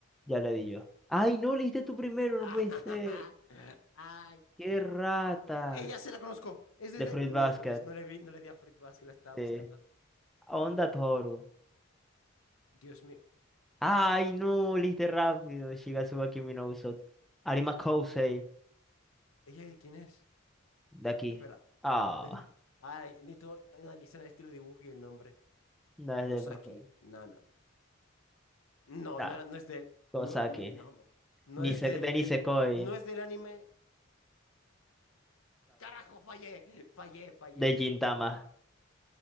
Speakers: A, in the centre; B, on the left.
A: ya le di yo. Ay, no, le diste tú primero,
B: <laughs>
A: no puede ser.
B: Ay.
A: Qué rata.
B: Ella se la conozco. Es desde
A: De Fruit
B: miércoles.
A: Basket.
B: No le vi, no le di a Fruitbasket que la estaba
A: Sí.
B: buscando.
A: Onda Toro.
B: Dios mío.
A: Ay,
B: Uf.
A: no, le diste rápido. Shigatsuba Kimi no Uso. Arima Kousei,
B: ¿Ella de quién es?
A: de aquí.
B: Espera.
A: Ah,
B: <laughs> Ay, necesito analizar el estilo de dibujo y el nombre.
A: no es
B: Kosaki,
A: del profe.
B: Nana. No,
A: Nah,
B: no era, no es del.
A: cosa
B: No, mi
A: que.
B: nombre. No
A: Nise,
B: es del,
A: de Nisekoi.
B: del. No es del anime. Carajo, fallé. Fallé, fallé.
A: de Gintama.
B: El,